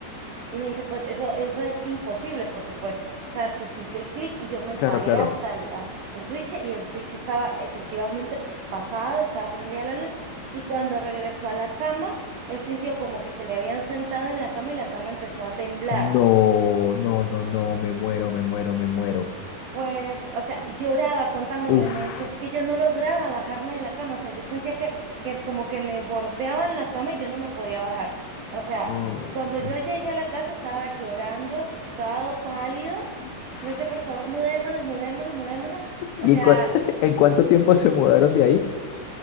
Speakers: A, on the right; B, on the left.
A: y me dice, pues eso, eso es imposible porque pues, o sea, se sintió el clic y yo me
B: claro,
A: paré
B: claro.
A: hasta el, a- el switch y el switch estaba efectivamente pasado, estaba prendida la luz y cuando regresó a la cama, él sintió como que se le habían sentado en la cama y la cama empezó a temblar.
B: No, no, no, no, me muero, me muero, me muero.
A: Pues, o sea, lloraba contándomelo
B: Uf.
A: y me decía, es que yo no lograba bajarme de la cama, o sea, yo sentía que, que como que me bordeaban la cama y yo no me podía bajar. O sea,
B: mm.
A: cuando yo llegué a la casa estaba llorando, asustado, pálido
B: Sss.
A: Me decía, por favor, mudémonos, mudémonos, mudémonos.
B: ¿Y
A: O sea,
B: en, cua- <laughs> en cuánto tiempo se mudaron de ahí?